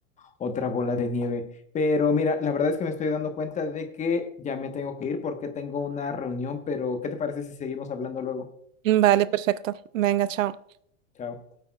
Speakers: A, on the left; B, on the right.
A: otra bola de nieve. Pero mira, la verdad es que me estoy dando cuenta de que ya me tengo que ir porque tengo una reunión, pero ¿qué te parece si seguimos hablando luego?
B: Vale, perfecto. Venga, chao.
A: Chao.